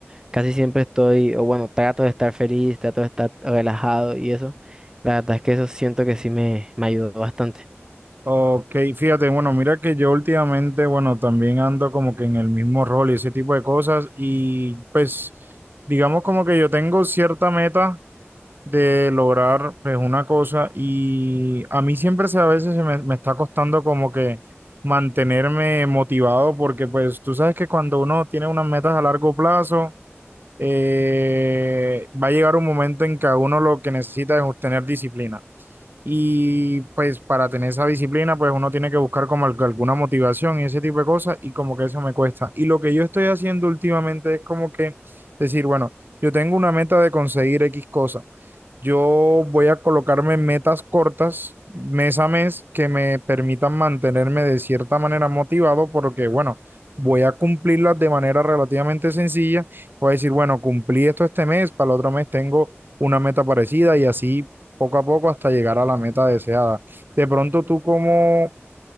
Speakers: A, on the right; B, on the right.
A: casi siempre estoy, o bueno, trato de estar feliz, trato de estar relajado y eso. La verdad es que eso siento que sí me, me ayudó bastante.
B: Ok, fíjate, bueno, mira que yo últimamente, bueno, también ando como que en el mismo rol y ese tipo de cosas y pues digamos como que yo tengo cierta meta de lograr pues una cosa y a mí siempre se, a veces se me, me está costando como que mantenerme motivado porque pues tú sabes que cuando uno tiene unas metas a largo plazo, eh, va a llegar un momento en que a uno lo que necesita es tener disciplina. Y pues para tener esa disciplina, pues uno tiene que buscar como al- alguna motivación y ese tipo de cosas y como que eso me cuesta. Y lo que yo estoy haciendo últimamente es como que decir, bueno, yo tengo una meta de conseguir X cosa. Yo voy a colocarme metas cortas mes a mes que me permitan mantenerme de cierta manera motivado porque, bueno, voy a cumplirlas de manera relativamente sencilla. Voy a decir, bueno, cumplí esto este mes, para el otro mes tengo una meta parecida y así poco a poco hasta llegar a la meta deseada. De pronto tú cómo,